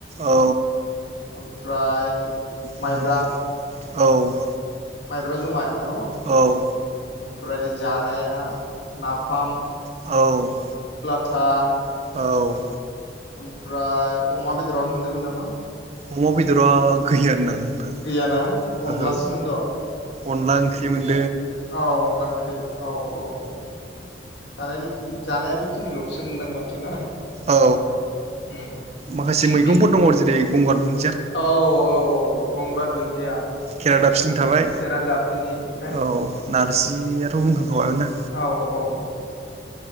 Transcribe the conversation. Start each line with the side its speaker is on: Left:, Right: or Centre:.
Right: औ
Left: ओमफ्राय
Right: उम
Left: माइब्रा
Right: औ
Left: माइब्रा जुमाय न' ओमफ्राय
Right: औ औ
Left: जानाया नाफाम
Right: औ
Left: था
Right: औ
Left: ओमफ्राय अमा बेदराबो मोनदोंमोन नामा?
Right: अमा बेदरा गैया होनदां नोंथां
Left: गैयाना अनलासोमोन
Right: ओहो।
Left: दं
Right: अनला ओंख्रि मोन।
Left: औ अनला ओंख्रि औ औ औ जानाय जानाया बेखिनिल'सो होनदां माथो ना।
Right: औ
Left: उम
Right: माखासे मैगंफोर
Left: बि
Right: दङ जेरै गंगार दुन
Left: औ औ औ गंगार दुन्दिया।
Right: केेरा दा फिन थाबाय
Left: खेरा दाफिनि ओमफ्राय
Right: औ। नारजियाथ' बुंखांखाबायना।
Left: औ औ औ